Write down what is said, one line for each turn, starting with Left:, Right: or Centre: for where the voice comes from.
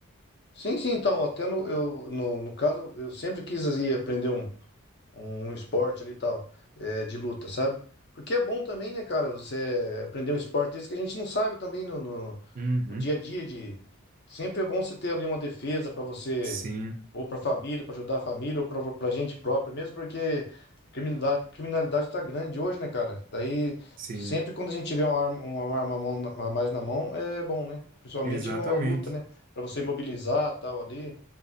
Left: Sim, sim, então, até no, eu, no, no caso, eu sempre quis ir aprender um um esporte ali e tal, é, de luta, sabe? Porque é bom também, né, cara, você aprender um esporte desse que a gente não sabe também no, no,
Right: Uhum.
Left: no dia a dia de... Sempre é bom você ter ali uma defesa pra você,
Right: Sim,
Left: ou pra família, pra ajudar a família, ou pra, pra gente própria, mesmo porque a criminalidade, criminalidade tá grande hoje, né, cara? Daí,
Right: sim,
Left: sempre quando a gente tiver uma arma, uma arma a mão na- a mais na mão, é bom, né? Principalmente
Right: exatamente.
Left: uma luta, né? Pra você imobilizar tal ali,